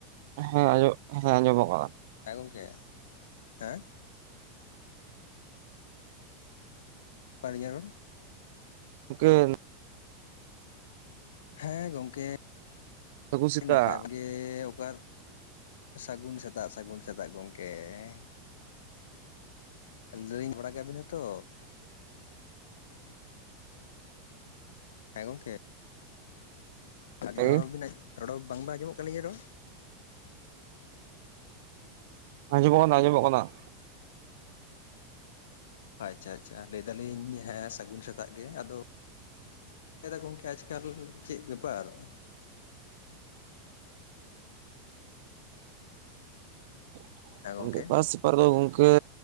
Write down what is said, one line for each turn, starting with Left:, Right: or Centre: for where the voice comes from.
Right: <inaudible> ᱦᱮᱸ ᱟᱡᱚᱢᱚᱜ ᱦᱮᱸ ᱟᱡᱚᱢᱚᱜ-ᱟ ᱾
Left: ᱦᱮᱸ ᱜᱚᱝᱠᱮ ᱾ <inaudible> ᱦᱮ ᱟᱹᱞᱤᱧᱟᱜ ᱨᱚᱲ
Right: ᱦᱩᱸ ᱾
Left: ᱦᱮᱸ ᱜᱚᱝᱠᱮ ᱾ <inaudible>
Right: ᱥᱟᱹᱜᱩᱱ ᱥᱮᱛᱟᱜ
Left: ᱱᱟᱯᱟᱭ <unintelligible> ᱚᱠᱟ ᱥᱟᱹᱜᱩᱱ ᱥᱮᱛᱟᱜ ᱥᱟᱹᱜᱩᱱ ᱥᱮᱛᱟᱜ ᱜᱚᱝᱠᱮ ᱾ <unintelligible> ᱵᱟᱲᱟ ᱜᱮᱭᱟ ᱯᱮ ᱡᱷᱚᱛᱚ? ᱦᱮᱸ ᱜᱚᱝᱠᱮ ᱾ ᱟᱞᱤᱧᱟᱜ
Right: ᱦᱮᱸ
Left: ᱨᱚᱲ <unintelligible> ᱨᱚᱲ ᱵᱟᱝᱵᱮᱱ ᱟᱸᱡᱚᱢᱮᱜ <unintelligible> ᱨᱚᱲ?
Right: ᱟᱸᱡᱚᱢᱚᱜ ᱠᱟᱱᱟ ᱟᱸᱡᱚᱢᱚᱜ ᱠᱟᱱᱟ ᱾
Left: ᱟᱪᱪᱷᱟ ᱟᱪᱪᱷᱟ ᱾ ᱞᱟᱹᱭ ᱮᱫᱟᱞᱤᱧ ᱦᱮᱸ ᱥᱟᱹᱜᱩᱱ ᱥᱮᱛᱟᱜ ᱜᱮ ᱾ ᱟᱫᱚ ᱮᱫᱟ ᱜᱚᱝᱠᱮ ᱟᱪᱠᱟ ᱫᱚ ᱪᱮᱫ ᱵᱮᱯᱟᱨ ᱾
Right: <inaudible>
Left: ᱦᱮᱸ ᱜᱚᱝᱠᱮ
Right: ᱯᱟᱨ ᱫᱚ ᱜᱚᱝᱠᱮ